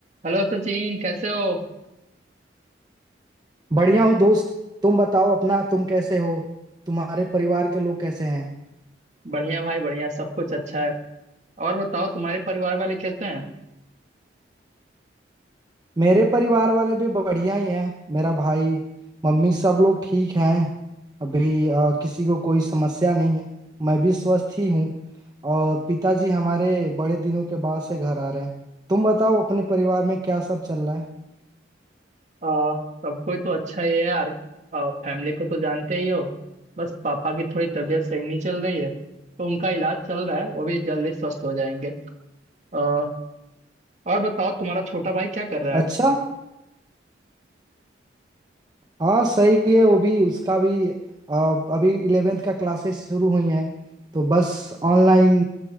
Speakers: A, on the right (about 40°); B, on the right (about 20°).
A: Hello Sachin कैसे हो
B: बढ़िया हो दोस्त तुम बताओ अपना तुम कैसे हो तुम्हारे परिवार के लोग कैसे हैं
A: बढ़िया भाई बढ़िया सब कुछ अच्छा है और बताओ तुम्हारे परिवार वाले कैसे हैं
B: मेरे परिवार वाले भी बढ़िया ही हैं मेरा भाई मम्मी सब लोग ठीक हैं अभी अ, किसी को कोई समस्या नहीं है मैं भी स्वस्थ ही हूँ और पिताजी हमारे बड़े दिनों के बाद से घर आ रहे हैं तुम बताओ अपने परिवार में क्या सब चल रहा है
A: आ, सब कोई तो अच्छा ही है यार आ, फैमिली को तो जानते ही हो बस पापा की थोड़ी तबीयत सही नहीं चल रही है तो उनका इलाज चल रहा है वो भी जल्द ही स्वस्थ हो जाएंगे आ, और बताओ तुम्हारा छोटा भाई क्या कर रहा
B: अच्छा
A: है
B: हाँ सही है वो भी उसका भी अ, अभी इलेवेंथ का क्लासेस शुरू हुई हैं तो बस ऑनलाइन